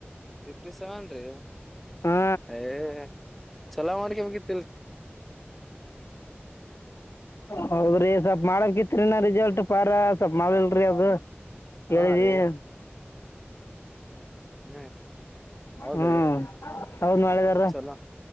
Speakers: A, in the centre; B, on the left.
A: ಫಿಫ್ಟಿ ಸೆವೆನ್ ರೀ ಯ
B: ಹಾ
A: ಚಲೋ ಮಾಡಕ ಹೋಗ <inaudible>
B: ಹೌದ <inaudible> ರೀ ಸ್ವಪ್ ಮಾಡಕಿತ್ರಿ ನ ರಿಸಲ್ಟ್ ಪಾರ ಸ್ವಪ್ ಮಾಡಲಿಲ್ರರಿ ಅದು <inaudible>
A: ಹಾ
B: ಕಿದಿ
A: ರೀ
B: <inaudible>
A: ಹ್ಮ್ ಹೌದ್ರೀ
B: ಹ್ಮ್
A: <inaudible>
B: ಹೌದ್ ಮಾಡಿದಾರ
A: ಚಲೋ